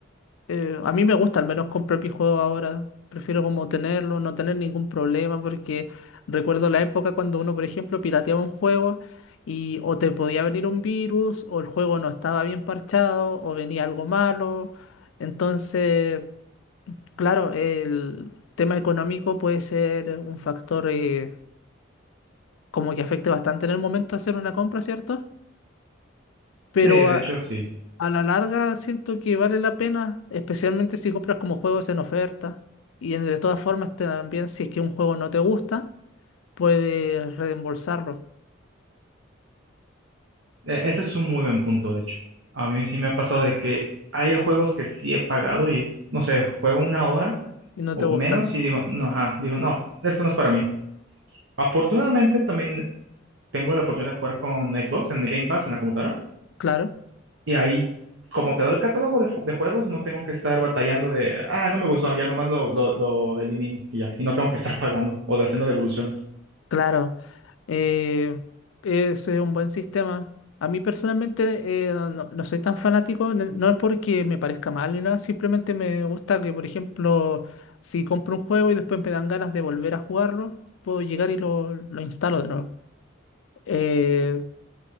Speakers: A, on the left; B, on the right.
A: Eh, a mí me gusta al menos comprar mi juego ahora. Prefiero como tenerlo, no tener ningún problema, porque recuerdo la época cuando uno, por ejemplo, pirateaba un juego y o te podía venir un virus, o el juego no estaba bien parchado, o venía algo malo. Entonces, claro, el tema económico puede ser un factor eh, como que afecte bastante en el momento de hacer una compra, ¿cierto? Pero
B: Sí, de
A: a-
B: hecho, sí.
A: A la larga siento que vale la pena, especialmente si compras como juegos en oferta. Y en- de todas formas también si es que un juego no te gusta, puedes reembolsarlo
B: E- ese es un muy buen punto, de hecho. A mí sí me ha pasado de que hay juegos que sí he pagado y, no sé, juego una hora
A: y no
B: o
A: te gusta.
B: menos y digo, no, ajá, digo, no, esto no es para mí. Afortunadamente, también tengo la oportunidad de jugar con Xbox en el Game Pass en la computadora.
A: Claro,
B: Y ahí, como te da el catálogo de, fu- de juegos, no tengo que estar batallando de, ah, no me gustó, ya nomás lo, lo, lo elimino y ya. Y no tengo que estar pagando o de haciendo devoluciones.
A: claro. Eh, ese es un buen sistema. A mí personalmente eh, no, no soy tan fanático, n- no es porque me parezca mal ni nada, simplemente me gusta que, por ejemplo, si compro un juego y después me dan ganas de volver a jugarlo, puedo llegar y lo, lo instalo de nuevo. Eh,